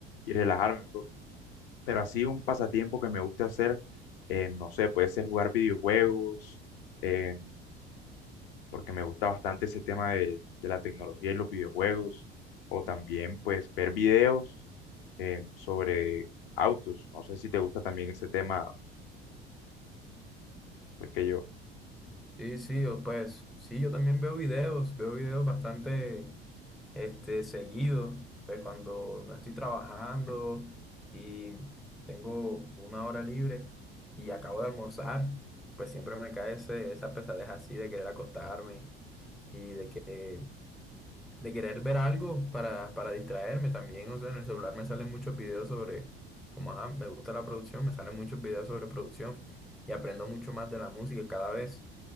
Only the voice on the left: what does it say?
y relajarme. Pero así un pasatiempo que me gusta hacer, eh, no sé, puede ser jugar videojuegos, eh, porque me gusta bastante ese tema de, de la tecnología y los videojuegos, o también pues ver videos eh, sobre autos. No sé si te gusta también ese tema, pues que yo.